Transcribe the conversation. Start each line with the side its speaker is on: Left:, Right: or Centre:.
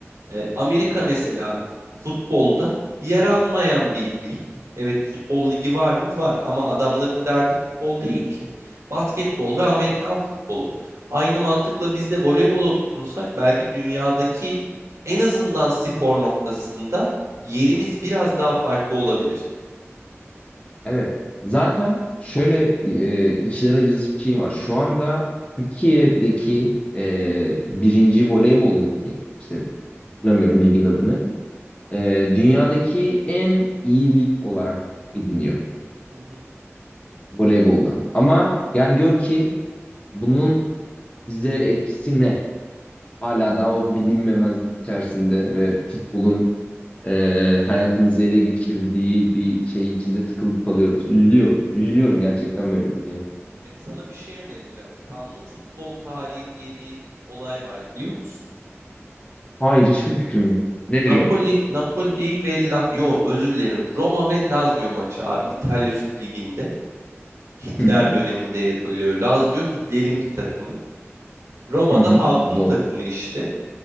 Right: e, Amerika mesela futbolda yer almayan bir lig. Evet futbol ligi var mı? Var ama adamların derdi futbol değil ki. Basketbol ve Amerikan futbolu. Aynı mantıkla biz de voleybola tutunsak belki dünyadaki en azından spor noktasında yerimiz biraz daha farklı olabilir.
Left: Evet. Zaten şöyle e, içler acısı bir şey var. Şu anda Türkiye'deki e, birinci voleybol ligi, işte hatırlamıyorum ligin adını, e, dünyadaki en iyi lig olarak biliniyor
Right: Hı hı.
Left: voleybolda. Ama gel gör ki bunun bize etkisi ne? Hala daha o bilinmemezlik içerisinde ve futbolun e, hayatımızı ele geçirdiği bir şey içinde tıkılıp kalıyoruz. Üzülüyor. Üzülüyorum gerçekten böyle bir şeye.
Right: Evet, sana bir şey önereceğim. Kanlı futbol tarihi diye bir olay var biliyor musun?
Left: Hayır hiçbir fikrim yok. Nedir
Right: Napoli,
Left: o?
Right: Napoli ve La, yo özür dilerim. Roma ve Lazio maçı abi İtalya Süper Ligi'nde. Hitler
Left: Hı hı.
Right: döneminde yapılıyor. Lazio Hitler'in bir takımı. Roma'da
Left: Hı hı.
Right: halkın
Left: Bol.
Right: takımı işte.